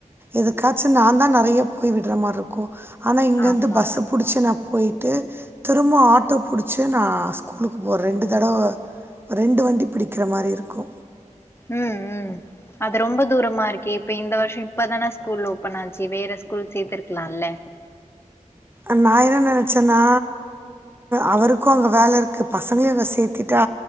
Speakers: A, on the right; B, on the left.
A: எதுக்காச்சு நான் தா நெறைய போய் விடுற மாரி இருக்கு ஆனா இங்கருந்து
B: ஆமா
A: பஸ்ஸு புடிச்சு நா போய் ட்டு திரும்ப ஆட்டோ புடிச்சி நா ஸ்கூலுக்கு போவ ரெண்டு தடவ ரெண்டு வண்டி பிடிக்கிற மாரி இருக்கு
B: உம் உம் அது ரொம்ப தூரமா இருக்கே இப்ப இந்த வருஷ இப்பதான ஸ்கூல் ஓப்பன் ஆச்சு வேற ஸ்கூல் சேர்த்துக்கலால்ல
A: அ நா என்ன நெனைச்சன்னா அவருக்கு அங்க வேல இருக்கு பசங்களையு அங்க சேத்துட்டா